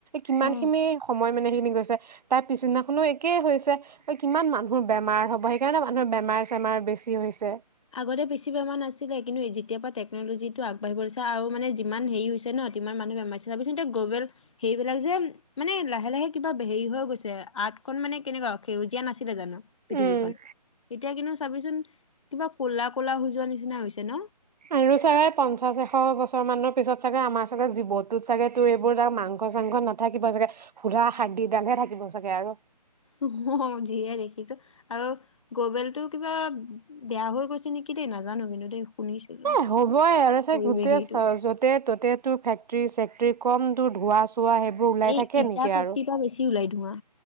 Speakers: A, on the right; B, on the left.
A: কিমান খিনি
B: অ
A: সময় মানে সেইখিনি গৈছে তাৰ পিছদিনাখনো একেই হৈছে কিমান মানুহৰ বেমাৰ হ'ব সেইকাৰণে মানুহৰ বেমাৰ-চেমাৰ বেছি হৈছে।
B: আগতে বেছি বেমাৰ নাছিলে কিন্তু যেতিয়াৰ পৰা টেকন'লজিটো আগবাঢ়িব লৈছে আৰু মানে যিমান হেৰি হৈছে ন ইমান মানুহ বেমাৰ হৈছে চাবিচোন এতিয়া গ্লবেল হেইবিলাক যে মানে লাহে লাহে কিবা হেৰি হৈ গৈছে আৰ্থখন মানে কেনেকুৱা সেউজীয়া নাছিলে জানো। পৃথিৱীখন।
A: উম
B: এতিয়া কিন্তু চাবিচোন কিবা ক'লা ক'লা হৈ যোৱা নিচিনা হৈছে ন।
A: আৰু ছাগে পঞ্চাশ এশ বছৰ মানৰ পিছত চাগে আমাৰ চাগে জীৱতোত চাগে তোৰ এইবোৰ তাৰ মাংস-চাংস নাথাকিব থাকিব চাগে খোদা হাড্ডিডালহে থাকিব চাগে আৰু
B: অহ যিহে দেখিছো আৰু গবেলটো কিবা বেয়া হৈ গৈছে নেকি দেই নাজানো কিন্তু দেই শুনিছিলো।
A: এ হ'বই আৰু চা
B: পৰিৱেশ
A: গোটেই
B: হেৰিটো
A: য'তে ত'তে তোৰ ফেক্টি-চেক্টিৰ কম তোৰ ধোৱা চোৱা ওলাই
B: এই
A: থাকে
B: ইটা
A: নেকি
B: ফেক্টৰীৰ
A: আৰু
B: পৰা বেছি ওলাই ধোৱা।